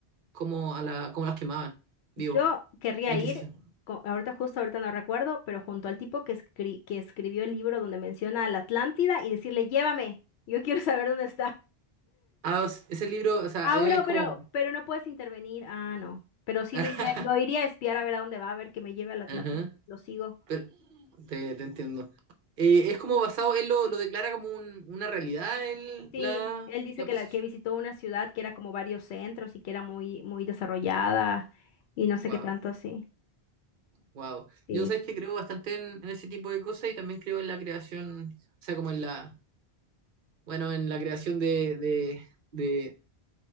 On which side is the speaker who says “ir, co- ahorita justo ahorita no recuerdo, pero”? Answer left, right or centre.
Left